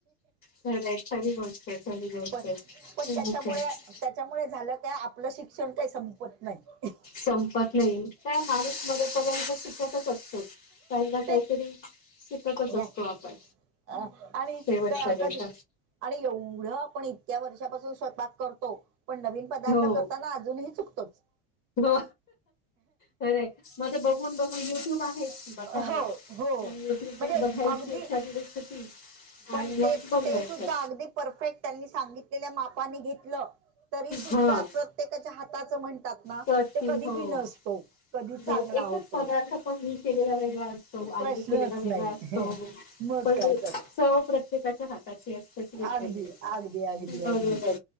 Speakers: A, on the left; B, on the right.
A: खरं आहे तरी बोलते तरी बोलते.
B: पण पण
A: <unintelligible>
B: त्याच्यामुळे त्याच्यामुळे झालं काय आपलं शिक्षण काही संपत नाही.
A: संपत नाही काय <unintelligible> मरे पर्यंत शिकतच असतो. काही ना काहीतरी
B: ते
A: शिकतच असतो
B: या
A: आपण
B: अ, आणि
A: शेवटपर्यंत.
B: क- कधी आणि एवढं आपण इतक्या वर्षापासून स्वयंपाक करतो पण नवीन पदार्थ
A: हो.
B: करताना अजूनही चुकतोच.
A: हो खरं आहे मध्ये बघून-बघून युट्यूब आहे बघायला
B: हो हो
A: यट्यूब
B: म्हणजे
A: मग बघायची
B: अगदी
A: एखादि रेसिपी
B: पण
A: आणि
B: ते
A: मग बनवायचं.
B: ते सुद्धा अगदी परफेक्ट त्यांनी सांगितलेल्या मापानी घेतलं तरी सुद्धा
A: हां.
B: प्र त्येकाच्या हाताचं म्हणतात ना
A: तर
B: ते
A: ती
B: कधी
A: हो.
B: बी नसतो. कधी चांगला
A: हो एकच
B: होतो
A: पदार्थ पण मी केलेला वेगळा असतो
B: प्रश्नच
A: आई ने केलेला
B: नाही
A: वेगळा असतो
B: मग
A: पर
B: काय तर
A: सौ प्र त्येकाचा हाताची असते ती वेगवेगळी
B: अगदी अगदी अगदी
A: की
B: अगदी
A: बरोबर आहे